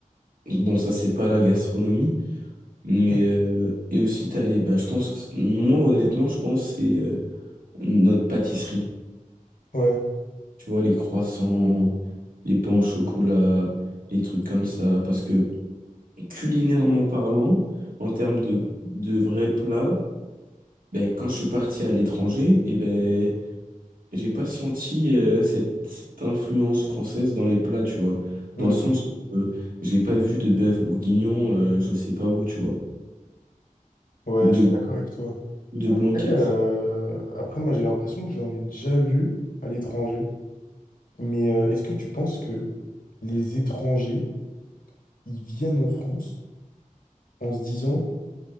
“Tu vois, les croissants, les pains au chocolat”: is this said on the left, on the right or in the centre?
Right